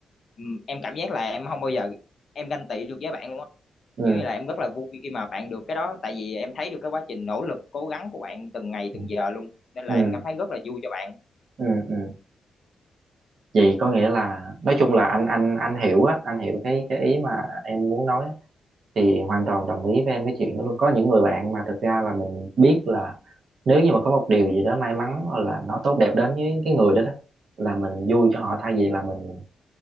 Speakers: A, on the left; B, on the right.
A: ừm, em cảm giác là em không bao giờ em ganh tị được với bạn luôn á
B: ừ,
A: Kiểu như là em rất là vui khi mà bạn được cái đó tại vì em thấy được cái quá trình nỗ lực cố gắng của bạn từng ngày
B: ừ,
A: từng giờ luôn nên là
B: ừ,
A: em cảm thấy rất là vui cho bạn
B: ừ. ừ. Vậy có nghĩa là nói chung là anh anh anh hiểu á, anh hiểu cái cái ý mà em muốn nói á, thì hoàn toàn đồng ý với em cái chuyện đó luôn. Có những người bạn mà thực ra là mình biết là nếu như mà có một điều gì đó may mắn hoặc là nó tốt đẹp đến với cái người đó đó là mình vui cho họ thay vì là mình